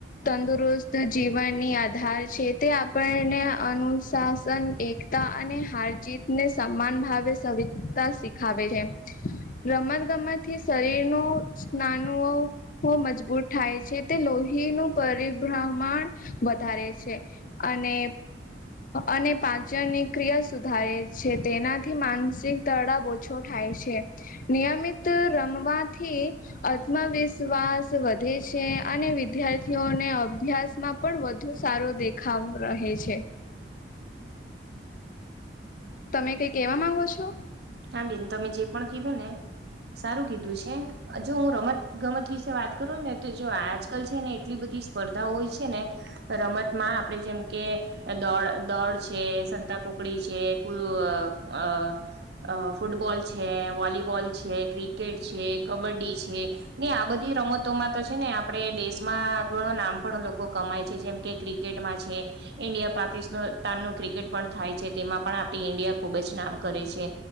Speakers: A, on the left; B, on the right.
A: તંદુરસ્ત જીવનની આધાર છે તે આપણને. અનુશાસન એકતા અને હાર જીતને સમાન ભાવે સવતા શી. ખાવે છે રમત ગમતથી શરીર ન સ્નાનુઓ. મજબૂત થાય છે તે લોહીનુંું પરિભ્રમણ વધારે છે. અને. અને પાચનની ક્રિયા સુધારે છે તેનાથી માનસિક તડાવ. ઓછો થાય છે નિયમિત રમવાથી. આત્મવિશ્વાસ વધે છે અને વિદ્યાર્થીઓને અભ્યાસમાં. પણ વધુ સારો દેખાવ રહે છે. તમે કઈ કેવા માંગો છો.
B: હા બેન તમે જે પણ કીધું ને સારું કીધું છે. જો હું રમત ગમત વિશે વાત કરું ને તો જો આજકાલ છે ને એટલી બધી. સ્પર્ધા હોય છે ને રમતમાં આપણે જેમ કે. દોડ દોડ છે સંતા કોકડી છે કુ અ. અ ફૂટબોલ છે વોલીબોલ છે ક્રિકેટ છે કબડ્ડી છે. ને આ બધી રમતોમાં તો છે ને આપડે દેશમાં ઘણો નામ પણ લોકો કમાય છે જેમ કે ક્રિક. ્રિકટ છે ઇન્ડિયા પાકિસ્તાન ક્રિકેટ. થાય છે તેમાં પણ આપણી ઇન્ડિયા ખુબ જ નામ કરે છે